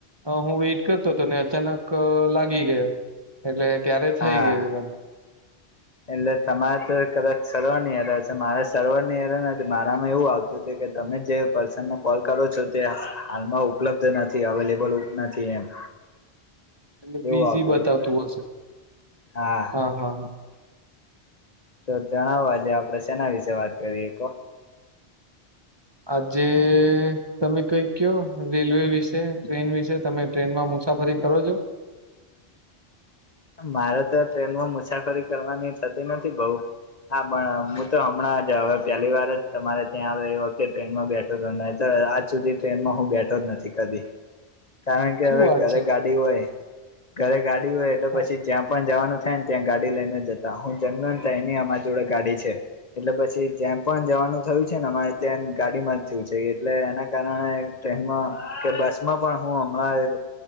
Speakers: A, on the right (about 25°); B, on the left (about 40°).
A: હું વેઇટ કરતો તોને અચાનક લાગી ગયો એટલે ત્યારે
B: હા
A: થઈ ગયું એમ.
B: એટલે તમારે તો કદાચ સરવરની હશે મારે સરવરની હેરનથી મારામાં એવું આવતું. કે તમે જે પર્સનલ કોલ કરો છો? તે હાલમાં ઉપલબ્ધ નથી. અવેલેબલ નથી. કે એમ.
A: તો બીઝી
B: એવું આવતું
A: બતાવતું
B: હતું
A: હશે?
B: હા.
A: હ, હ, હ
B: તો જણાવો આજે આપણે સેના વિશે વાત કરીએ. કો
A: આજે તમે કઈક કયો? રેલવે વિશે ટ્રેન વિશે. તમે ટ્રેનમાં મુસાફરી કરો છો.
B: મારે તો ટ્રેનમાં મુસાફરી કરવાની થતી નથી બઉ. હા, પણ મુ તો હમણાં જ હવે પહેલી વાર જ તમારે ત્યાં આવીએ વખતે ટ્રેનમાં બેઠા ન‌ઇતોઆજ સુધી ટ્રેનમાં હું બેઠો જ નથી કદી. કારણ કે
A: શું
B: હવે
A: વાત
B: ઘરે
A: છે
B: ગાડી હોય. ઘરે ગાડી હોય એટલે
A: હા
B: પછી જ્યાં પણ જવાનું થાયને, ત્યાં ગાડી લઈને જતા. હું જન‌મ્યોને તેયારની અમારી જોડે ગાડી છે. એટલે પછી જેયાપણ જવાનું થયું છે ને, અમારે ત્યાં ગાડીમાં જ જ‌ઈએછે. એટલે એના કારણે ટ્રેનમાં કે બસમાં પણ હું હમણાં